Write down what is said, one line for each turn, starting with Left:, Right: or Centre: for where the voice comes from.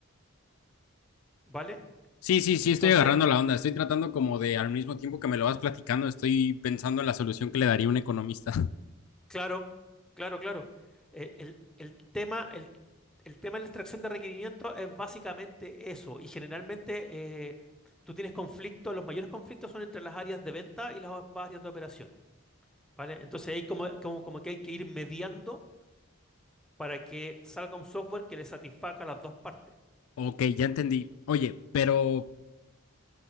Centre: ¿Vale?
Left: Sí, sí, sí,
Centre: Entonces,
Left: estoy agarrando la onda. Estoy tratando como de, al mismo tiempo que me lo vas platicando, estoy pensando en la solución que le daría un economista. <laughs>
Centre: claro, claro, claro. Eh, el, el tema, el El tema de la extracción de requerimientos es básicamente eso, y generalmente eh, tú tienes conflictos, los mayores conflictos son entre las áreas de venta y las áreas de operaciones, ¿vale? Entonces ahí como, como, como que hay que ir mediando para que salga un software que le satisfaga a las dos partes.
Left: Ok, ya entendí. Oye, pero